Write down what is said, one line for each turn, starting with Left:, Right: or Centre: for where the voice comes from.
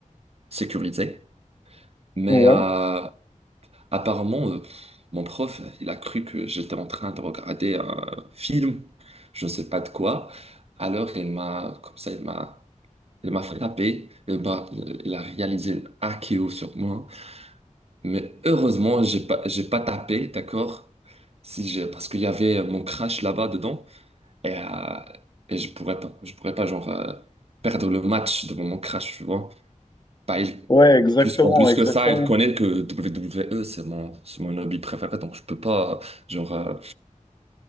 Right: sécurisée. Mais
Left: Ouais,
Right: euh, Apparemment, euh, mon prof, il a cru que j'étais en train de regarder un film, je ne sais pas de quoi. Alors, il m'a, comme ça, il m'a, il m'a frappé. Il m'a- il a réalisé un KO sur moi. Mais heureusement, j'ai pas, j'ai pas tapé, d'accord? Si j'ai, parce qu'il y avait mon crash là-bas dedans et, euh, et je pourrais pas, je pourrais pas genre euh, perdre le match devant mon crash, tu vois. Bah, il-
Left: ouais, exactement,
Right: plus, en plus
Left: exactement.
Right: que ça, elle connaît que WWE, c'est mon, c'est mon hobby préféré, donc je peux pas, genre, euh,